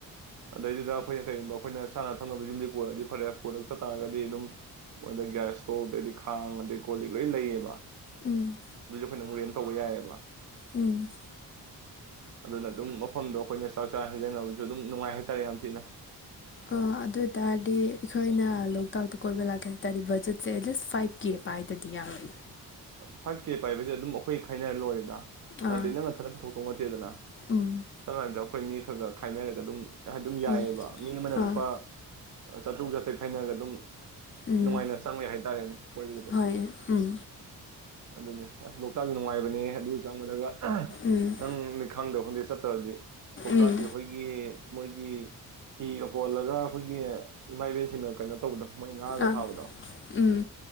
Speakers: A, on the right (about 50°); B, on the left (about 35°).
A: ꯑꯗꯩꯗꯨꯗ ꯑꯩꯈꯣꯏꯅ ꯀꯩꯒꯨꯝꯕ ꯑꯩꯈꯣꯏꯅ ꯆꯥꯅ ꯊꯛꯅꯕꯗ ꯌꯨꯝꯗꯤ ꯄꯨꯣꯔꯔꯛꯑꯗꯤ ꯐꯔꯦ ꯄꯨꯔꯛꯇ ꯇꯥꯔꯒꯗꯤ ꯑꯗꯨꯝ ꯃꯣꯏꯗ ꯒ꯭ꯌꯥꯁ ꯏꯁꯇꯣꯞ ꯑꯗꯩꯗꯤ ꯈꯥꯡ ꯑꯗꯩ ꯀꯣꯂꯤꯛ ꯂꯣꯏ ꯂꯩꯌꯦꯕ
B: ꯎꯝ
A: ꯑꯩꯈꯣꯏꯅꯃꯨꯛ ꯔꯦꯟ ꯇꯧꯕ ꯌꯥꯏꯑꯕ
B: ꯎꯝ
A: ꯑꯗꯨꯅ ꯑꯗꯨꯝ ꯃꯐꯝꯗꯣ ꯑꯩꯈꯣꯏꯅ ꯆꯥꯛ ꯆꯥ ꯍꯩꯖꯥꯟꯅꯕꯁꯨ ꯑꯗꯨꯝ ꯅꯨꯡꯉꯥꯏ ꯍꯥꯏꯇꯥꯔꯦ ꯌꯥꯝ ꯊꯤꯅ
B: ꯑꯣ ꯑꯗꯨ ꯑꯣꯏ ꯇꯔꯗꯤ ꯑꯩꯈꯣꯏꯅ ꯂꯣꯛꯇꯥꯛꯇ ꯀꯣꯏꯕ ꯂꯥꯛ ꯀꯩ ꯍꯥꯏꯇꯥꯔꯦ ꯕꯖꯦꯠꯁꯦ ꯑꯦꯠ ꯂꯤꯁ ꯐꯥꯏꯚ ꯀꯦ ꯄꯥꯏꯗꯗꯤ ꯌꯥꯔꯣꯏꯅꯦ
A: ꯐꯥꯏꯚ ꯀꯦ ꯄꯥꯏꯕꯁꯦ ꯑꯗꯨꯝ ꯑꯩꯈꯣꯏ ꯈꯥꯏꯅꯔ ꯂꯣꯏꯔꯦꯗ ꯅꯗꯦ
B: ꯑꯥ
A: ꯅꯪ ꯅꯊꯟꯇ ꯄꯨꯊꯣꯛꯇꯧ ꯅꯠꯇꯦꯗꯅ
B: ꯎꯝ
A: ꯁꯝꯅ ꯍꯥꯏꯔꯕꯗ ꯑꯩꯈꯣꯏ ꯃꯤ ꯈꯔ ꯒ ꯈꯥꯏꯅꯔꯒ ꯑꯗꯨꯝ ꯑꯗꯨꯝ ꯌꯥꯏꯑꯕ
B: ꯎꯝ
A: ꯃꯤ ꯑꯃꯅ
B: ꯑꯥ
A: ꯂꯨꯄꯥ ꯆꯥꯇ꯭ꯔꯨꯛ ꯆꯥꯇ꯭ꯔꯦꯠ ꯈꯥꯏꯅꯔꯒ ꯑꯗꯨꯝ
B: ꯎꯝ
A: ꯅꯨꯡꯉꯥꯏꯅ ꯆꯪꯉꯣꯏ ꯍꯥꯏꯇꯔꯦꯅꯦ ꯀꯣꯏꯆꯠꯄ
B: ꯍꯣꯏ ꯎꯝ
A: ꯑꯗꯨꯅꯦ ꯑꯁ ꯂꯣꯛꯇꯥꯛꯒꯤ ꯅꯨꯡꯉꯥꯏꯕꯅꯦ ꯑꯗꯨ ꯆꯪꯕꯗꯒ
B: ꯎꯝ
A: ꯅꯪ ꯅꯤꯡ ꯈꯪꯗ ꯈꯪꯗꯦ ꯆꯠ <unintelligible> ꯄꯧꯇꯥꯛꯀꯤ
B: ꯎꯝ
A: ꯑꯩꯈꯣꯏꯒꯤ ꯃꯣꯏꯒꯤ ꯐꯤꯒ ꯄꯣꯜꯂꯒ ꯑꯩꯈꯣꯏꯒꯤ ꯏꯃꯥ ꯏꯕꯦꯜꯁꯤꯡꯅ ꯀꯩꯅꯣ ꯇꯧꯕꯗ ꯃꯣꯏ ꯉꯥꯒ
B: ꯑꯥ
A: ꯐꯥꯕꯗꯣ
B: ꯎꯝ